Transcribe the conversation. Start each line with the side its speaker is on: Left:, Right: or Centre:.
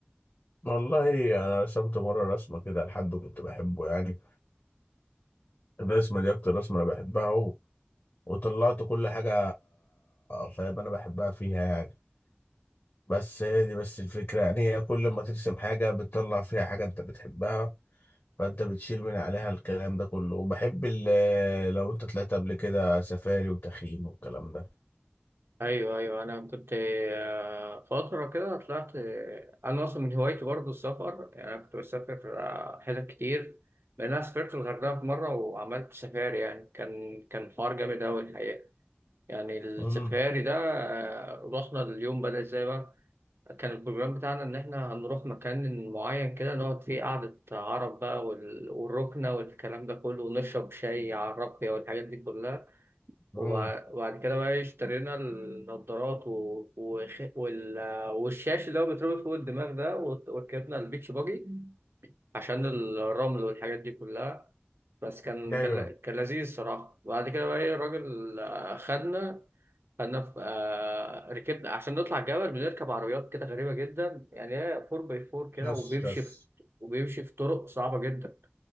Left: والله أنا رسمت مرة رسمة كده لحد كنت بحبه يعني الرسمة دي أكتر رسمة أنا بحبها و... وطلعت كل حاجة فاهم أنا بحبها فيها يعني بس هي دي بس الفكرة يعني هي كل ما ترسم حاجة بتطلع فيها حاجة أنت بتحبها فانت بتشيل من عليها الكلام ده كله وبحب ال- لو انت طلعت قبل كده سفاري وتخييم والكلام ده
Right: ايوه ايوه انا كنت آه، فتره كده طلعت آه، انا اصلا من هوايتي برضه السفر يعني انا كنت بسافر آه، حتت كتير لان انا سافرت الغردقه في مره وعملت سفاري يعني كان كان حوار جامد قوي الحقيقه يعني السفاري
Left: امم
Right: ده آه، رحنا اليوم بدأ ازاي بقى كان البروجرام بتاعنا ان احنا هنروح مكان معين كده نقعد فيه قعده عرب بقى وال- والركنه والكلام ده كله ونشرب شاي على الرقيه والحاجات دي كلها
Left: امم
Right: وبع- وبعد كده بقى اشترينا النضارات و... وخ... وال... والشاش اللي هو بيتربط فوق الدماغ ده وت- وركبنا البيتش باجي عشان الرمل والحاجات دي كلها بس كان
Left: ايوه
Right: كان, كان لذيذ الصراحة بعد كده بقى ايه الراجل آه، خدنا خدنا في آه، ركبنا عشان نطلع الجبل بنركب عربيات كده غريبة جدا يعني هي 4 باي 4 كده
Left: شس
Right: وبيمشي
Left: شس
Right: في... وبيمشي في طرق صعبة جدا